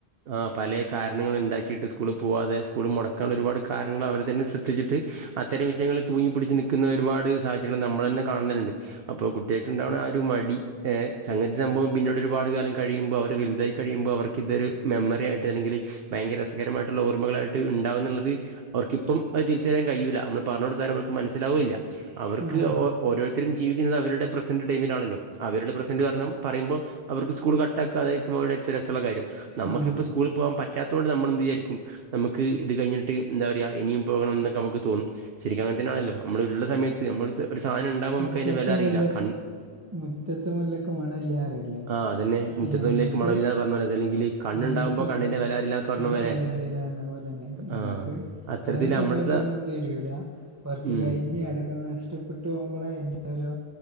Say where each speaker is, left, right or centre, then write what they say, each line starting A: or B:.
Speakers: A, on the right; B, on the right.
A: ആ പലേ കാരണങ്ങൾ ഇണ്ടാക്കിയിട്ട് സ്കൂളിൽ പോവാതെ മുടക്കാൻ ഉള്ള ഒരുപാട് കാരണങ്ങൾ അവർ തന്നെ സൃഷിച്ചിട്ട് അത്തരം വിഷയങ്ങളിൽ തൂങ്ങി പിടിച്ച് നിൽ ക്കുന്ന ഒരുപാട് സാഹചര്യങ്ങൾ നമ്മൾ തന്നെ കാണല്ണ്ട് അപ്പോ കുട്ട്യാക്ക് ഉണ്ടാവ്ണ ആ ഒരു മടി എ സംഗതി സംഭവം പിന്നോട് ഒരുപാട് കാലം കഴിയുമ്പോൾ അവർ വലുതായി കഴിയുമ്പോൾ അവർക്ക് ഇതൊരു മെമ്മറിയായിട്ട് അല്ലെങ്കിൽ ഭയങ്കര രസകരമായിട്ടുള്ള ഓർമ്മകളായിട്ട് ട്ട് ഉണ്ടാവുന്നുള്ളത് അവർക്കിപ്പം അത് തിരിച്ചറിയാൻ കഴിയൂല്ല നമ്മൾ പറഞ്ഞു കൊടുത്താൽ അവർക്ക് മനസ്സിലാവുകയുമില്ല. അവർക്ക്
B: ആ ആ
A: ഓരോരുത്തരും ജീവിക്കുന്നത് അവരുടെ പ്രസന്റ് ടൈമിലാണല്ലോ അവരുടെ പ്രസന്റ് കാരണം പറയുമോമ്പോ അവർക്ക് സ്കൂൾ കട്ടാക്കാതെ പോകലേർക്കും രസമുള്ള കാര്യം നമുക്കിപ്പോൾ
B: ആ അതാ
A: സ്കൂളിൽ പോകാൻ പറ്റാ പറ്റാത്തതുകൊണ്ട് നമ്മൾ എന്ത് വിചാരിക്കും നമുക്ക് ഇത് കഴിഞ്ഞിട്ട് എന്താ പറയാ ഇനിയും പോകണം എന്നൊക്കെ നമുക്ക് തോന്നും ശരിക്കും അങ്ങനെ തന്നെയാണല്ലോ നമ്മൾ ഇള്ള സമയത്ത് നമ്മൾ ഒരു സാധനം ഉണ്ടാവുമ്പോ
B: മുറ്റത്തെ
A: നമുക്ക് അതിന്റെ വെല അറീല്ല
B: മുല്ല
A: കണ്ട
B: മുറ്റത്തെ മുല്ലക്ക് മണം ഇല്ലാറല്ലേ
A: ആ അതന്നെ മുറ്റത്തുള്ളിലേക്ക്
B: നമ്മക്ക്
A: മണമില്ലാന്ന് പറഞ്ഞ പോലെ അതല്ലെങ്കിൽ ഈ കണ്ണുണ്ടാകുമ്പോൾ
B: ആഹ് ഒരു സാനം
A: കണ്ണിൻ്റെ വില അറിയില്ല എന്നൊക്കെ പറഞ്ഞ
B: അത്
A: പോലെ
B: വെലെ അറീലാന്ന്പറഞ്ഞ പോലെന്നെ..
A: ആ
B: ഓക്കേ
A: അത്തരത്തിൽ
B: ആ ഒരു
A: നമ്മുടെ
B: സമയത്തൊന്നും തരൂല്ല. കുറച്ച്
A: ഉം
B: കഴിഞ്ഞ് അതൊക്കെ നഷ്ടപ്പെട്ടു പോകുമ്പോളേ അതിന്റെ ഒരു